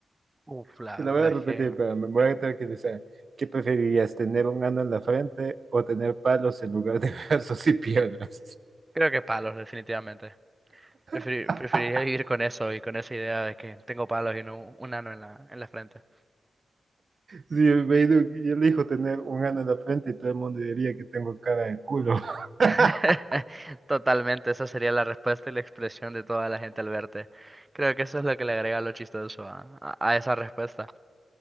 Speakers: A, on the right; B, on the right.
A: Uf, la
B: Te la
A: verdad
B: voy a repetir,
A: es que
B: pero me voy a tranquilizar. ¿Qué preferirías? ¿Tener un ano en la frente o tener palos en lugar de brazos y piernas?
A: creo que palos, definitivamente. Preferi-
B: <laughs>
A: preferiría vivir con eso y con esa idea de que tengo palos y no un ano en la, en la frente.
B: Sí, me digo que yo elijo tener un ano en la frente y todo el mundo diría que tengo cara de culo. <laughs>
A: <laughs> Totalmente, esa sería la respuesta y la expresión de toda la gente al verte. Creo que eso es lo que le agrega lo chistoso a, a a esa respuesta.